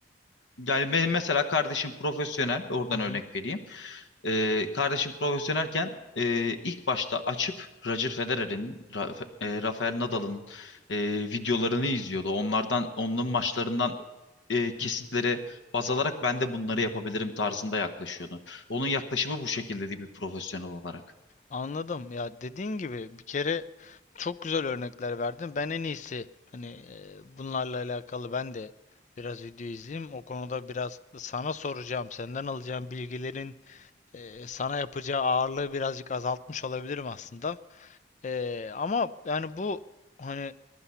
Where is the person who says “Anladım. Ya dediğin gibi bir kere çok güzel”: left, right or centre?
Left